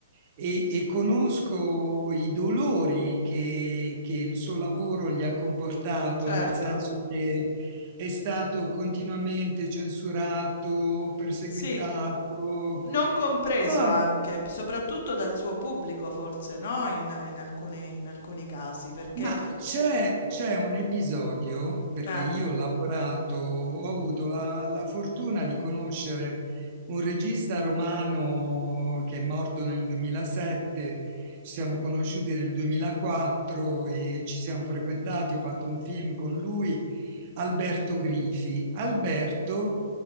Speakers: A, on the right; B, on the left.
A: e, e conosco i dolori che, che il suo lavoro gli ha comportato,
B: Certo,
A: nel senso che è stato continuamente censurato, perseguitato.
B: sì, non compreso
A: Poi
B: anche, p soprattutto dal suo pubblico forse, no, in in alcuni in alcuni casi, perché
A: Ma c'è c'è un episodio, perché
B: eh,
A: io ho lavorato, ho avuto la, la fortuna di conoscere un regista romano che è morto nel 2007, ci siamo conosciuti nel 2004 e ci siamo frequentati, ho fatto un film con lui, Alberto Grifi. Alberto